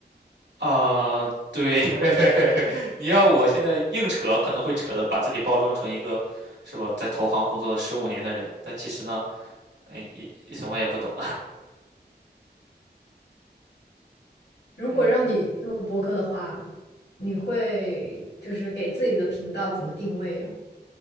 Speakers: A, on the right (about 80°); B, on the left (about 85°).
A: 啊、对，<laughs> 你要我现在硬扯，可能会扯的把自己包装成一个，是吧，在投行工作了十五年的人，但其实呢，哎，一什么也不懂。<laughs>
B: 如果让你录播客的话，
A: 嗯。
B: 你会就是给自己的频道怎么定位呀？